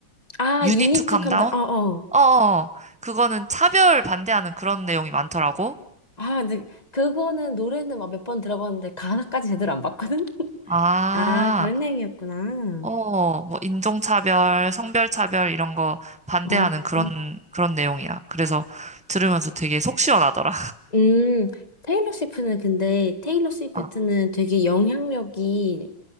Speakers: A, on the left (about 20°); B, in the centre.
A: 아,
B: You
A: 유니트
B: need to calm
A: 캄다.
B: down?
A: 어, 어.
B: 어, 어. 그거는 차별 반대하는 그런 내용이 많더라고.
A: 아, 근데 그거는 노래는 막 몇 번 들어봤는데 가사까지 제대로 안 봤거든? <laughs>
B: 아,
A: 아, 그런 내용이었구나.
B: 어, 뭐 인종차별, 성별차별 이런 거 반대하는
A: 어.
B: 그런, 그런 내용이야. 그래서 들으면서 되게 속 시원하더라.
A: 음, 테일러 스위프트는 근데 테일러 스위프트는
B: 아,
A: 되게 영향력이